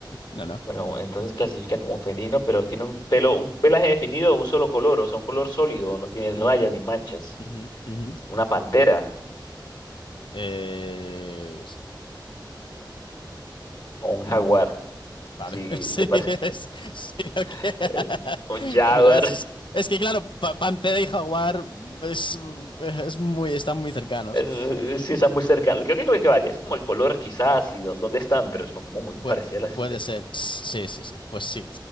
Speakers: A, on the left; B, on the left.
A: No, no.
B: Bueno, entonces clasifica como felino, pero tiene un pelo, un pelaje definido, un solo color, o sea, un color sólido, no tiene rayas
A: Ujú,
B: ni manchas.
A: ujú, ujú.
B: Una pantera
A: Eh, s-
B: o un
A: mm,
B: jaguar,
A: vale,
B: si
A: <laughs> sí,
B: te parece.
A: es, sí, ok.
B: <laughs> el- Un jaguar,
A: <laughs> Mujeres, es, es que claro, pa- Pantera y Jaguar es, es muy, están muy cercanos.
B: eh, sí está muy cercano. Creo que, creo que varía, es como el color quizás y dó- dónde están, pero son como muy
A: Puede,
B: parecidas las
A: puede
B: especies.
A: ser, sí, sí, sí, pues sí.